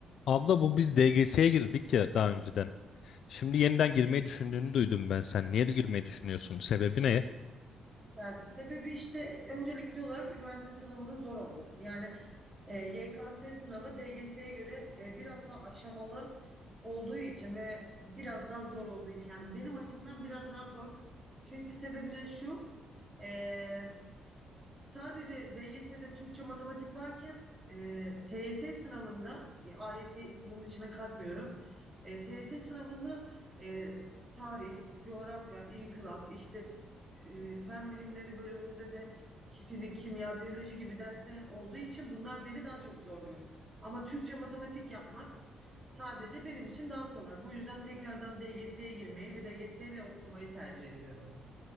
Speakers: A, on the left (about 65°); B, on the right (about 15°).
A: Abla bu biz DGS'ye girdik ya daha önceden. Şimdi yeniden girmeyi düşündüğünü duydum ben. Sen niye de girmeyi düşünüyorsun? Sebebi ne?
B: Yani sebebi işte öncelikli olarak üniversite sınavının zor olması. Yani e, YKS sınavı DGS'ye göre e, biraz daha aşamalı olduğu için ve biraz daha zor olduğu için. Yani benim açımdan biraz daha zor. Çünkü sebebi de şu. e, sadece DGS'de Türkçe matematik varken e, TYT sınavında e, AYT bunun içine katmıyorum. E, TYT sınavında e, tarih, coğrafya, inkılap, işte e, fen bilimleri bölümünde de ki fizik, kimya, biyoloji gibi dersler olduğu için bunlar beni daha çok zorluyor. Ama Türkçe matematik yapmak sadece benim için daha kolay. Bu yüzden tekrardan DGS'ye girmeyi ve DGS ile okumayı tercih ediyorum.